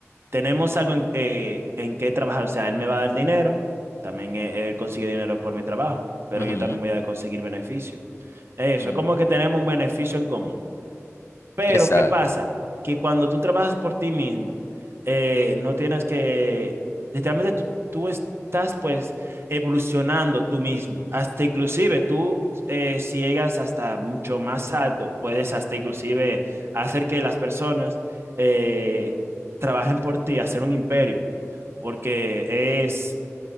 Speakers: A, on the right; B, on the left.
A: tenemos algo en, eh, en qué trabajar. O sea, él me va a dar dinero, también eh, él consigue dinero por mi trabajo, pero
B: Ujú,
A: yo también voy a conseguir beneficio. Eso,
B: ujú,
A: es como que tenemos un beneficio en común. Pero,
B: Exacto.
A: ¿qué pasa? Que cuando tú trabajas por ti mismo, eh, no tienes que, literalmente tú, tú estás pues evolucionando tú mismo. Hasta inclusive tú, eh, si llegas hasta mucho más alto, puedes hasta inclusive hacer que las personas eh, trabajen por ti, hacer un imperio, porque es